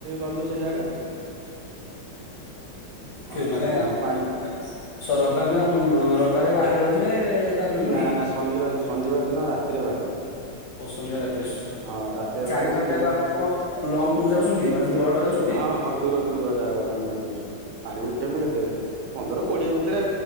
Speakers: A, on the right; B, on the left.
A: ଗଲୁ ସେ ଜାଗା। ଆଉ
B: ଖେ ମାନେ ଆମ୍
A: ପାଣି
B: ମୁ ମା ସ ରବିବାର ଦିନ ବୁ ବୁ ରବିବାର ବାହାରି ଯାଉଥିବେ। ତାପରେ ନୁହେଁ
A: ନା
B: କି
A: ନା ଶନିବାର ଶନିବାର ଦିନ ରାତିରେ ବାହାରିବୁ।
B: ଓ ଶନିବାର ରାତିରେ ସ୍
A: ହଁ ରାତିରେ
B: ଚାରି
A: ବାହାରିଲେ
B: ପାଞ୍ଚ
A: ସେଠୁ
B: ଯାକ ଆପଣ କଣ ଲଙ୍ଗ ଟୁର ଯାଉଛନ୍ତି ମାନେ ଦୂରବାଟ ଯାଉଛନ୍ତି।
A: ହଁ ହଁ ଦୂର ଦୂର ଜାଗା ମାନେ। ପାଣି ଉଠେଇ ବୁ କେତେ ପନ୍ଦର କୋଡିଏ ଭିତରେ